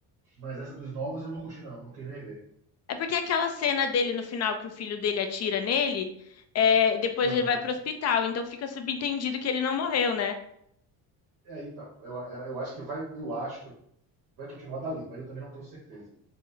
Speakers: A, on the right (about 55°); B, on the left (about 40°).
A: Mas essa dos novos eu não curti não, não quis nem ver.
B: É porque aquela cena dele no final que o filho dele atira nele, é, depois
A: Aham.
B: ele vai pro
A: Uhum.
B: hospital, então fica subentendido que ele não morreu, né?
A: É, então, eu, é, eu, acho que vai, eu acho que vai continuar dali, mas eu também não tenho certeza.